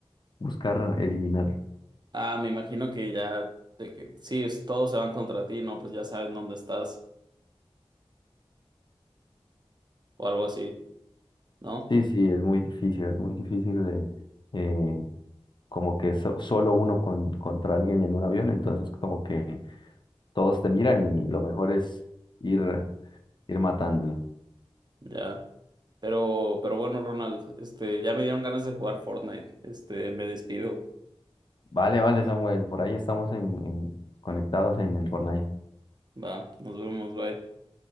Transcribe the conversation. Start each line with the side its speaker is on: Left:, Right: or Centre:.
Left: buscar eliminarlo.
Right: Ah, me imagino que ya, de que, sí, es- todos se van contra ti, ¿no? Pues ya saben dónde estás o algo así, ¿no?
Left: Sí, sí, es muy difícil, es muy difícil de eh, como que so- solo uno con, contra alguien en un avión, entonces como que todos te miran y lo mejor es ir, ir matándolo.
Right: Ya. Pero, pero bueno, Ronald, este, ya me dieron ganas de jugar Fortnite. Este, me despido.
Left: Vale, vale,
Right: Eh,
Left: Samuel, por ahí estamos en, en- conectados en el Fortnite.
Right: va, nos vemos, bye.